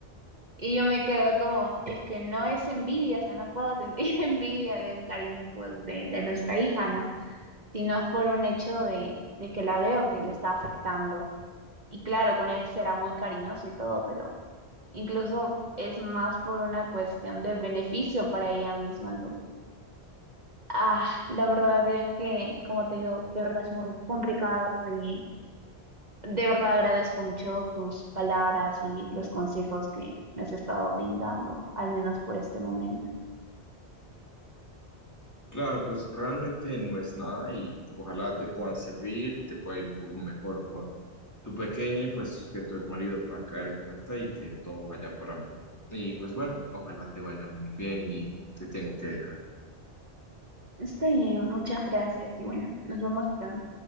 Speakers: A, on the right (about 40°); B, on the left (about 15°).
A: Y yo me quedo como, es que no es envidia, o sea, no puedo sentir <laughs> envidia de un cariño pues, de, de nuestra hija, ¿no? Sino es por un hecho de, de que la veo que le está afectando y claro, con él será muy cariñoso y todo, pero incluso es más por una cuestión de beneficio para ella misma. Entonces, ah, la verdad es que, como te digo, de verdad es muy complicado y de verdad agradezco mucho tus palabras y los consejos que me has estado brindando, al menos por este momento.
B: Claro, pues realmente no es nada y ojalá te puedan servir, te pueda ir un poco mejor con tu pequeña y pues que tu marido pueda caer en cuenta y que todo vaya para mejor. Y pues bueno, ojalá te vaya muy bien y te tengo que dejar.
A: Está bien, muchas gracias y bueno, nos vemos pronto.